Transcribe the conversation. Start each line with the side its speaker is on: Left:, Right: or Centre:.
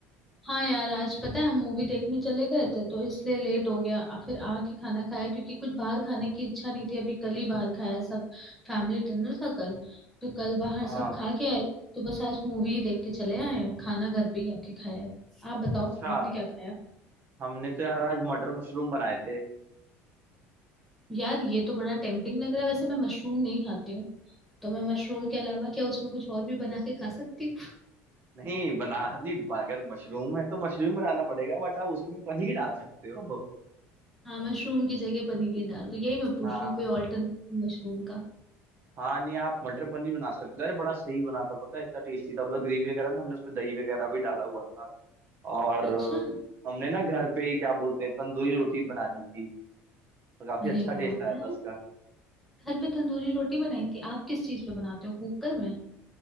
Centre: हाँ यार आज पता है हम मूवी देखने चले गए थे तो इसलिए लेट हो गया और फिर आके खाना खाया क्योंकि कुछ बाहर खाने की इच्छा नहीं थी अभी कल ही बाहर खाया सब फैमिली डिनर था कल तो कल बाहर
Right: हाँ
Centre: सब खा के आए थे तो बस आज मूवी ही देख के चले आए हैं खाना घर पे ही आके खाया है आप बताओ
Right: अच्छा
Centre: आपने क्या खाया
Right: हमने तो यार आज मटर मशरूम बनाए थे
Centre: यार ये तो बड़ा टेम्पटिंग लग रहा है वैसे मैं मशरूम नहीं खाती हूँ तो मैं मशरूम के अलावा क्या उसमें कुछ और भी बना के खा सकती हूँ
Right: नहीं बना नहीं ब- अगर मशरूम है तो मशरूम बनाना पड़ेगा बट आप उसमें पनीर डाल सकते हो
Centre: हाँ मशरूम की जगह पनीर डाल दो यही मैं पूछ
Right: हाँ
Centre: रही हूँ कोई ऑल्टरनेटिव मशरूम का
Right: हाँ नहीं आप मटर पनीर बना सकते हो अरे बड़ा सही बना था पता है इतना टेस्टी था मतलब ग्रेवी वगैरह ना हमने उसमें दही वगैरह भी डाला हुआ था और
Centre: अच्छा
Right: हमने ना घर पे ही क्या बोलते हैं तंदूरी रोटी बना दी थी तो काफी
Centre: अरे
Right: अच्छा टेस्ट
Centre: वाह
Right: आया
Centre: यार
Right: था उसका
Centre: घर पे तंदूरी रोटी बनाई थी आप किस चीज पे बनाते हो कुकर में